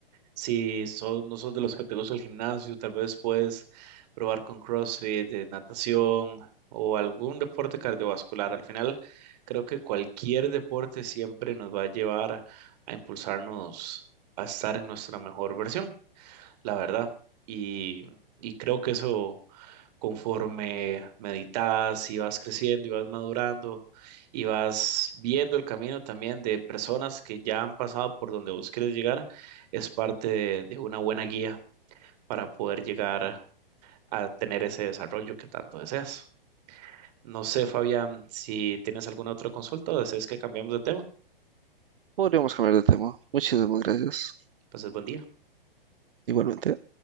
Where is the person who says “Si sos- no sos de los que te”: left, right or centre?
Right